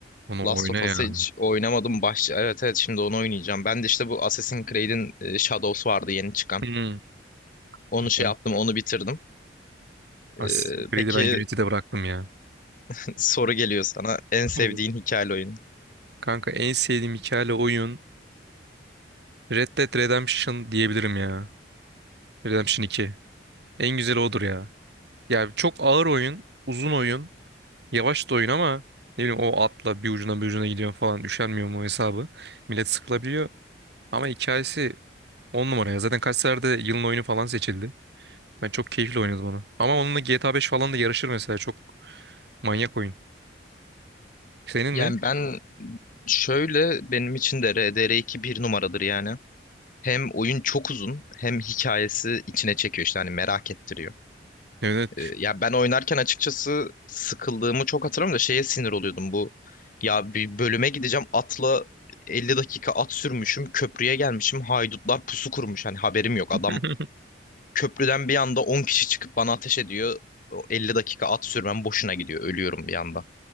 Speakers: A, on the right (about 65°); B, on the left (about 45°).
A: Onu
B: Last
A: oyna
B: of
A: ya.
B: Us'ı hiç oynamadım. Baş... Evet evet şimdi onu oynayacağım. Ben de işte bu Assassin's Creed'in e, Shadows vardı yeni çıkan.
A: Hmm.
B: Onu
A: Güzel.
B: şey yaptım, onu bitirdim. E,
A: Assassin's Creed'i
B: peki
A: ben Unity'de bıraktım ya.
B: <laughs> soru geliyor sana. En
A: <laughs>
B: sevdiğin
A: Olur.
B: hikayeli oyun.
A: Kanka en sevdiğim hikayeli oyun Red Dead Redemption diyebilirim ya. Redemption 2. En güzeli odur ya. Ya çok ağır oyun, uzun oyun. Yavaş da oyun ama ne bileyim o atla bir ucuna bir ucuna gidiyor falan üşenmiyor mu hesabı. Millet sıkılabiliyor ama hikayesi on numara ya. Zaten kaç seferde yılın oyunu falan seçildi. Ben çok keyifli oynadım onu. Ama onunla GTA 5 falan da yarışır mesela çok manyak oyun. Senin
B: Yani
A: ne?
B: ben şöyle benim için de RDR2 bir numaradır yani. Hem oyun çok uzun hem hikayesi içine çekiyor işte hani merak ettiriyor.
A: Evet.
B: Ee, ya ben oynarken açıkçası sıkıldığımı çok hatırlamıyorum da şeye sinir oluyordum bu. Ya bir bölüme gideceğim atla 50 dakika at sürmüşüm köprüye gelmişim haydutlar pusu kurmuş hani haberim yok
A: <laughs>
B: adam köprüden bir anda 10 kişi çıkıp bana ateş ediyor. O 50 dakika at sürmem boşuna gidiyor ölüyorum bir anda.